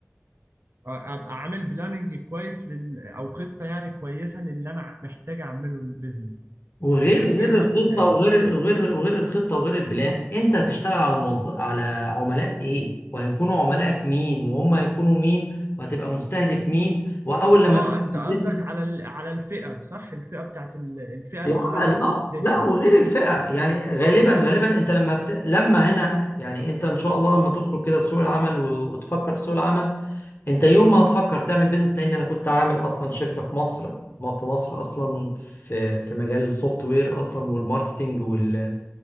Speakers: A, on the right; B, on the left.
A: ابقى عامل بلاننج كويس لل او خطه يعني كويسه للي انا محتاج اعمله للبيزنس
B: وغير
A: اكيد
B: غير
A: دي اهم
B: الخطه
A: حاجه
B: وغير غير وغير الخطه وغير البلان انت هتشتغل على موظ... على عملاء ايه وهيكونوا عملائك مين وهم هيكونوا مين وهتبقى مستهدف مين واول لما
A: اه
B: تفتح
A: انت
B: البيزنس
A: قصدك على ال... على الفئه صح الفئه بتاعت ال... الفئه
B: العمل
A: اللي انا هستهدفها
B: اه لا وغير الفئة يعني غالبا غالبا انت لما بت... لما هنا يعني انت ان شاء الله لما تخرج كده سوق العمل و... وتفكر في سوق العمل انت يوم ما هتفكر تعمل بيزنس لان انا كنت عامل اصلا شركة في مصر ما في مصر اصلا في في مجال السوفت وير اصلا والماركتينج وال...